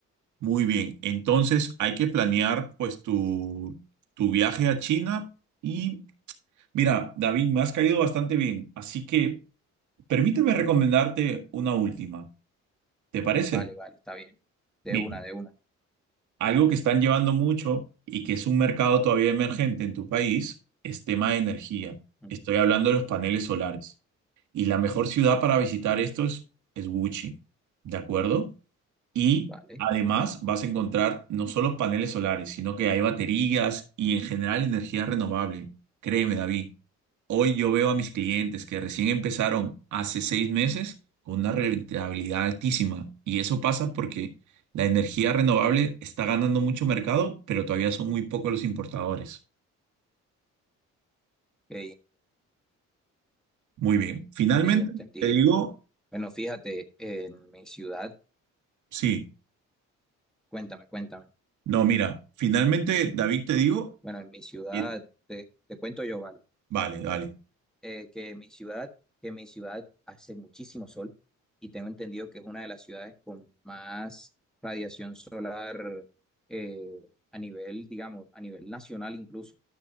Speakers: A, on the right (about 75°); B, in the centre.
A: Muy bien. Entonces, hay que planear pues tu, tu viaje a China y mira, David, me has caído bastante bien, así que permíteme recomendarte una última. ¿Te parece?
B: Vale, vale, está bien. De
A: Mira,
B: una, de una.
A: Algo que están llevando mucho y que es un mercado todavía emergente en tu país es tema de energía.
B: Ujú,
A: Estoy hablando de los paneles solares.
B: ujú,
A: Y la mejor ciudad para visitar esto es, es Gucci, ¿de acuerdo? Y
B: Vale.
A: además vas a encontrar no solo paneles solares, sino que hay baterías y en general energía renovable. Créeme, David. Hoy yo veo a mis clientes que recién empezaron hace seis meses con una rentabilidad altísima. Y eso pasa porque la energía renovable está ganando mucho mercado, pero todavía son muy pocos los importadores.
B: Ok,
A: Muy bien. Finalmente,
B: entendido, entendido.
A: te digo,
B: Bueno, fíjate, en mi ciudad,
A: sí.
B: cuéntame, cuéntame.
A: No, mira, finalmente, David, te digo,
B: Bueno, en mi ciudad,
A: eh,
B: te, te cuento yo, ¿vale?
A: vale, vale.
B: eh, que mi ciudad, que mi ciudad hace muchísimo sol y tengo entendido que es una de las ciudades con más radiación solar eh, a nivel, digamos, a nivel nacional incluso.